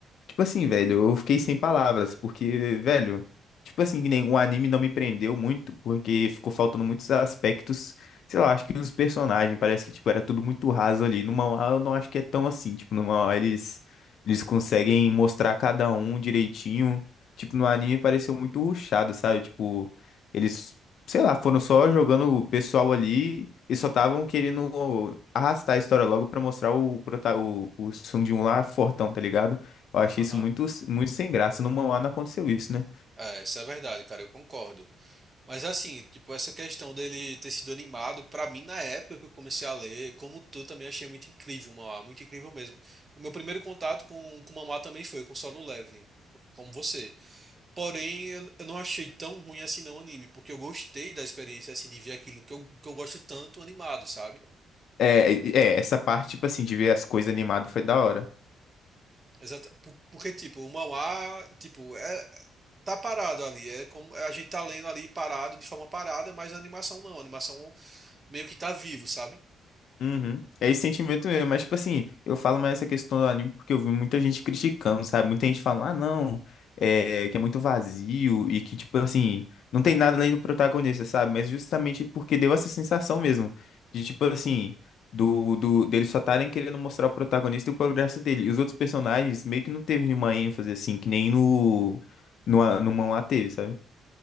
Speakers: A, on the left; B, on the right.
A: Tipo assim, velho, eu fiquei sem palavras, porque, velho, tipo assim, que nem o anime não me prendeu muito, porque ficou faltando muitos aspectos, sei lá, acho que os personagens, parece que, tipo, era tudo muito raso ali. No manhwa, eu não acho que é tão assim, tipo, no manhwa eles, eles conseguem mostrar cada um direitinho tipo, no anime pareceu muito rushado, sabe? Tipo, eles, sei lá, foram só jogando o pessoal ali e só estavam querendo arrastar a história logo pra mostrar o, prota- o, o Sung Jin lá fortão, tá ligado? Eu achei
B: Aham.
A: isso muito, muito sem graça. No mangá não aconteceu isso, né?
B: É, isso é verdade, cara, eu concordo. Mas assim, tipo, essa questão dele ter sido animado, pra mim, na época que eu comecei a ler, como tu, também achei muito incrível, Mauá, muito incrível mesmo. O meu primeiro contato com, com Mamá também foi com Solo Leveling, co- como você. Porém, eu, eu não achei tão ruim assim não o anime, porque eu gostei da experiência, assim, de ver aquilo que eu, que eu gosto tanto animado, sabe?
A: É, é,
B: Então,
A: é, essa parte, tipo assim, de ver as coisas animadas foi da hora.
B: exata, po- porque, tipo, o manhwa, tipo, é, tá parado ali. É como a gente tá lendo ali parado, de forma parada, mas a animação não. A animação meio que tá vivo, sabe?
A: Uhum. É esse sentimento mesmo, mas tipo assim, eu falo mais essa questão do anime porque eu vi muita gente criticando, sabe? Muita gente falando, ah, não, é, que é muito vazio e que, tipo assim, não tem nada além do protagonista, sabe? Mas justamente porque deu essa sensação mesmo, de tipo assim, do, do, deles só estarem querendo mostrar o protagonista e o progresso dele. E os outros personagens meio que não teve nenhuma ênfase, assim, que nem no, no, a- no manhwa teve, sabe?